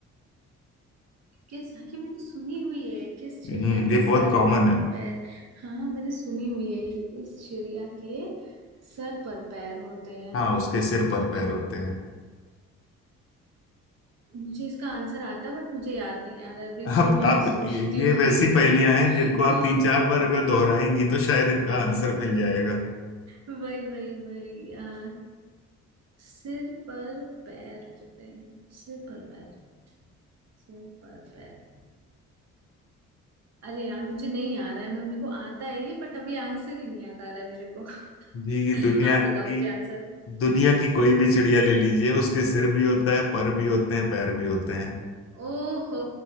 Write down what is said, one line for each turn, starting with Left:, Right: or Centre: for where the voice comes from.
Right: किस हाँ, ये मैंने सुनी हुई है किस चिड़िया
Left: हम्म
Right: के
Left: ये
Right: सर
Left: बहुत कॉमन
Right: पर
Left: है
Right: पैर हाँ हाँ, मैंने सुनी हुई है ये किस चिड़िया के सर पर पैर होते हैं
Left: हाँ
Right: अ,
Left: उसके
Right: अ,
Left: सिर पर पैर
Right: अ,
Left: होते हैं
Right: मुझे इसका आंसर आता है बट मुझे याद नहीं आ रहा है। अभी इस
Left: आप
Right: समय
Left: आप
Right: मैं सोचती
Left: ये, ये
Right: हूँ
Left: वैसी पहेलियां
Right: <laughs>
Left: हैं जिनको आप
Right: हाँ
Left: तीन चार बार अगर दोहराएंगी तो शायद इनका आंसर मिल जाएगा
Right: वही वही वही अ, सिर पर पैर होते हैं सिर पर पैर सिर पर पैर अरे यार मुझे नहीं आ रहा है मैं मेरे को आता है ये बट अभी आंसर ही नहीं याद आ रहा है मेरे को
Left: जी
Right: <laughs>
Left: दुनिया
Right: आप
Left: की
Right: बताओ मुझे आंसर
Left: दुनिया की कोई भी चिड़िया ले लीजिए उसके सिर भी होता है पर भी होते हैं पैर भी होते हैं
Right: ओहो